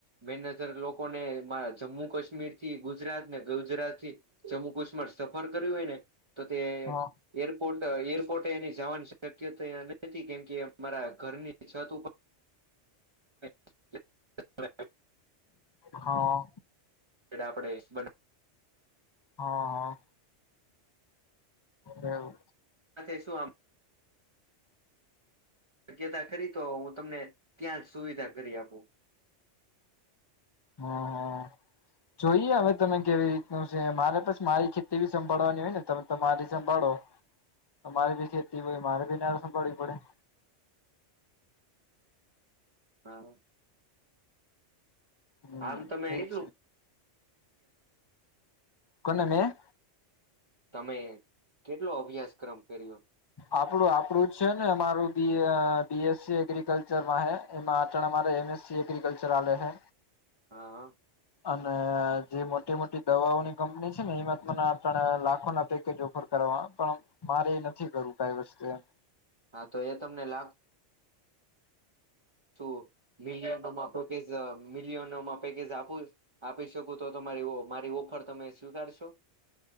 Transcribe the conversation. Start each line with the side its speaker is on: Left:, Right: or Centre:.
Right: મેનજર લોકો ને એમાં જમ્મુ કાશ્મીર થી ગુજરાત ને ગુજરાત થી જમ્મુ કાશ્મીર સફર કરયો હોય ને તો તે
Left: હા
Right: એરપોર્ટ એરપોર્ટે એની જવાની શક્યતા નથી કેમ કે મારા ઘરની છત ઉપર <inaudible>
Left: હા.
Right: એટલે આપડે હસબડ
Left: હા આ. એવુ
Right: હા તે શું આમ શક્યતા ખરી તો હું તમને ત્યાં જ સુવિધા કરી આપું.
Left: હમમ જોઈએ હવે તમે કેવી રીતનું છે મારે પસ મારી ખેત ખેતી બી સંભાળવાની હોય ને તમે તમારી સંભાળો. તમારે બી ખેતી હોય મારે બી ના સંભાડવી પડે.
Right: હાવો.
Left: હમ
Right: આમ તો મે
Left: એજ
Right: કીધું <unintelligible>
Left: કોણ મે
Right: તમે કેટલો અભ્યાસક્રમ કર્યો?
Left: આપડું આપડું જ છે ને અમારું બી બીએસસી એગ્રીકલ્ચર માં હે. એમાં અટાણે અમારે એમએસસી એગ્રીિકલ્ચર હાલે હે.
Right: હા.
Left: અને જે મોટી-મોટી દવાઓની કંપની છે ને એમાં તને ત્ર લાખો ના પેકેજ ઉપર. કરવા પણ મારે એ નથી કરવું કઈ વસ્તુ એમ.
Right: હા તો એ તમને લાગ છુ મિલિયનમાં કે મિલિયનમ પેકેજ આપુ આપી શકું તો તમારી મારી ઓફર તમે સ્વીકારશો.